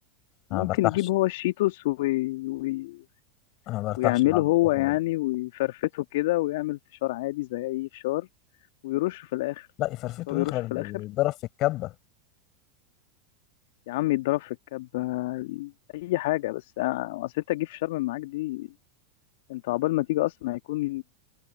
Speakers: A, on the left; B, on the left.
A: ممكن
B: انا ما برتاحش
A: يجيب هو الشيتوس وي... وي...
B: انا ما برتاحش
A: ويعمله
B: العب
A: هو
B: ده خالص
A: يعني ويفرفته كده ويعمل فشار عادي زي اي فشار ويرشه في الاخر
B: لا يفرفته
A: مش هو بيرش
B: ايه غير
A: في الاخر
B: يتضرب في الكبه
A: يا عم يتضرب في الكبة اي حاجه بس آه، اصل انت تجيب في شرم معاك دي انت عقبال ما تيجي اصلا هيكون